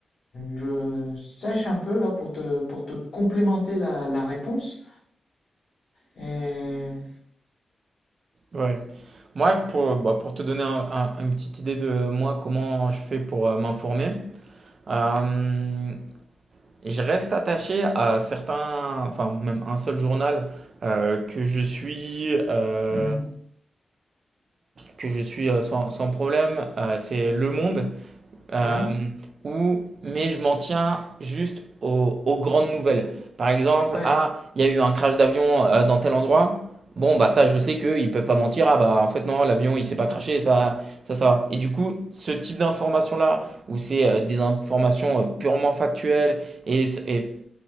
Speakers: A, on the left; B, on the right.
A: Je sèche un peu là pour te, pour te complémenter la, la réponse. Et
B: Ouais. Moi, pour, bah, pour te donner un- un- une petite idée de moi, comment je fais pour euh, m'informer, euh, Je reste attaché à certains, enfin même un seul journal euh, que je suis, euh,
A: Mhm.
B: que je suis euh, sans, sans problème, euh, c'est Le Monde, euh,
A: ouais,
B: où, mais je m'en tiens juste aux, aux grandes nouvelles. Par exemple,
A: ouais,
B: ah, il y a eu un crash d'avion euh, dans tel endroit. Bon, bah ça, je sais qu'ils ne peuvent pas mentir. Ah bah en fait non, l'avion il s'est pas crashé, ça, ça, ça. va. Et du coup, ce type d'information-là, où c'est euh, des informations euh, purement factuelles et, et